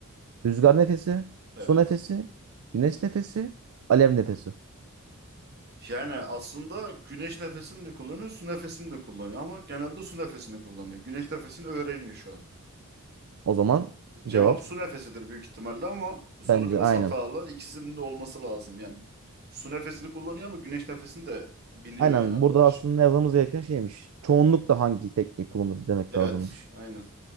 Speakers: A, on the right (about 70°); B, on the right (about 50°).
A: Rüzgar nefesi,
B: Evet.
A: su nefesi, güneş nefesi, alev nefesi.
B: Yani aslında güneş nefesini de kullanıyor, su nefesini de kullanıyor ama genelde su nefesini kullanıyor. Güneş nefesini öğreniyor şu an.
A: O zaman
B: Cevap
A: cevap
B: su nefesidir büyük ihtimalle ama bu soru
A: bence
B: biraz
A: aynen.
B: hatalı. İkisinin de olması lazım. Yani su nefesini kullanıyor ama güneş nefesini de biliyor
A: Aynen.
B: yani arkadaş.
A: Burada aslında yazmamız gereken şeymiş. Çoğunlukla hangi tekniği kullanır demek
B: Evet,
A: lazımmış.
B: aynen.